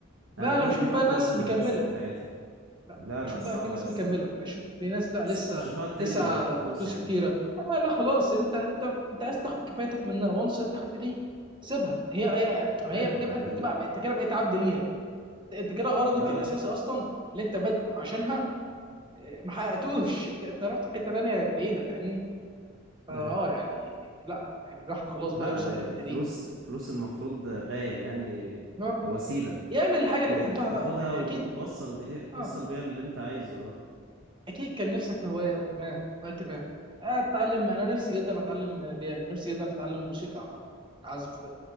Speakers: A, on the right; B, on the right.
A: لا
B: آه دي
A: انا بشوف
B: دي خطوه
A: بقى ناس
B: لازم
A: مكمله
B: هتحصل في حياتي
A: لا
B: لا
A: بشوف
B: لا صعبه
A: بقى في ناس
B: يا اسطى
A: مكمله بشوف في ناس لا لسه
B: بس انت مش هتقعد تجري
A: تسعى
B: ورا الفلوس
A: لفلوس
B: يعني
A: كتيره آه لا خلاص انت انت انت عايز تاخد كفايتك منها وانس انت خدت دي سيبها هي هي هي
B: ايوه
A: بتبقى انت
B: دي
A: بتبقى انت كده بقيت عبد ليها انت كده غرضك
B: لا
A: الاساسي
B: لا
A: اصلا اللي انت بادئ عشانها آه، ما حققتوش <laughs> انت انت رحت في حته تانيه بعيده فاهمني فاه
B: لا
A: يعني لا يعني الواحد خلاص
B: لا
A: بقى يوصل
B: ده
A: للحته
B: الفلوس
A: دي
B: الفلوس المفروض غايه يعني
A: اه
B: وسيله
A: يعمل الحاجه اللي
B: ت-
A: بيحبها
B: تاخدها
A: بقى يعني
B: وتوصل
A: اكيد
B: بيها توصل
A: اه
B: بيها اللي انت عايزه اه
A: اكيد كان نفسك في هوايه ما وقت ما اتعلم انا نفسي جدا اتعلم بيانو نفسي جدا اتعلم موسيقى عامه اعزف كده